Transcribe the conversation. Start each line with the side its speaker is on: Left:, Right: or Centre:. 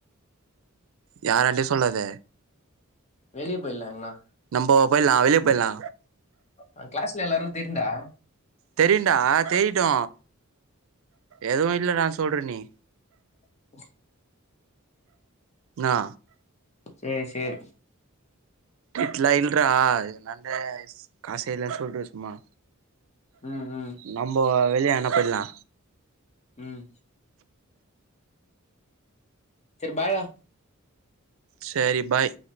Right: யாரண்ட சொல்லாத
Left: வெளிய போய்லா எங்கனா
Right: நம்போ போய்லா வெளிய போய்லா
Left: ஆ கிளாஸ்ல எல்லாரு தெருண்டா
Right: தெரியுன்டா தெரியிட்டு எதுவு இல்ல நா சொல்ற நீ
Left: <inaudible>
Right: இன்னா
Left: சேரி சேரி
Right: இட்லா இல்றா என்னான்ட காசே இல்லன் சொல்றா சும்மா
Left: ம் ம்
Right: நம்போ வெளிய எங்கனா போய்ட்லா
Left: ம் செரி பாய் டா
Right: செரி பாய்